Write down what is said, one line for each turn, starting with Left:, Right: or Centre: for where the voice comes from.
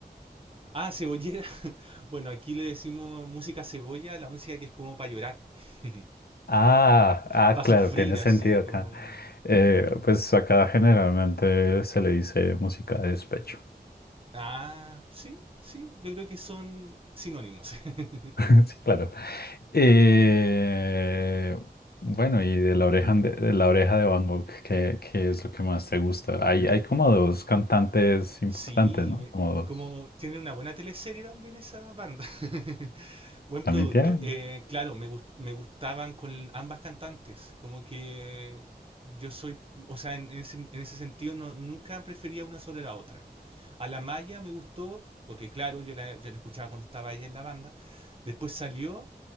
Right: Ah, cebollera. <laughs> Bueno, aquí le decimos música cebolla, la música que es como para llorar, <laughs>
Left: Ah, ah,
Right: para
Left: claro,
Right: sufrir,
Left: tiene sentido
Right: así como...
Left: acá. Eh, pues acá generalmente se le dice música de despecho.
Right: Ah, sí, sí, yo creo que son sinónimos. <laughs>
Left: <laughs> Sí, claro. Eh, bueno, y de la oreja de, de la oreja de Van Gogh, ¿qué, qué es lo que más te gusta? Hay, hay como dos cantantes importantes,
Right: Sí,
Left: ¿no?
Right: me-
Left: Como dos.
Right: como tiene una buena teleserie también esa banda. <laughs> Buen
Left: ¿También
Right: producto.
Left: tienen?
Right: Eh, claro, me, gus- me gustaban con ambas cantantes. Como que yo soy, o sea, en, en ese, en ese sentido no, nunca prefería una sobre la otra. A la Maya me gustó, porque claro, yo la, yo la escuchaba cuando estaba ella en la banda. Después salió,